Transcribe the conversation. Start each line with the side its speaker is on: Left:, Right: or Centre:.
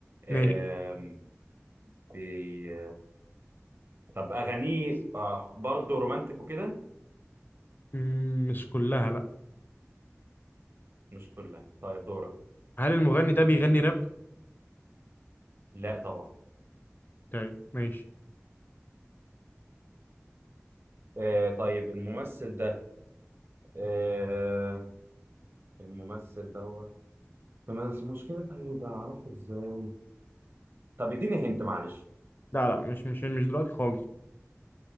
Right: آم،
Left: ماشي
Right: بي... طب اغانيه آه برضه رومانتك وكده
Left: مم، مش كلها لا
Right: مش كلها طيب دورك
Left: هل المغني ده بيغني راب؟
Right: لا طبعا
Left: طيب ماشي
Right: آه طيب الممثل ده آه الممثل دوت فما بس المشكلة طيب أعرفه إزاي طب اديني هنت معلش
Left: لا لا مش مش مش دلوقتي خالص